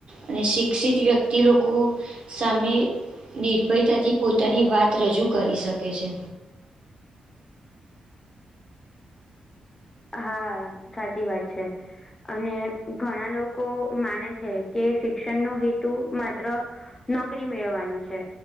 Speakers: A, on the right; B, on the left.
A: અને શિક્ષિત વ્યક્તિ લોકો. સામે નિર્ભયતાથી પોતાની વાત રજૂ કરી શકે છે.
B: હા સાચી વાત છે. અને ઘણા લોકો માને છે કે શિક્ષણ નો હેતુ માત્ર. નોકરી મેળવવાનો છે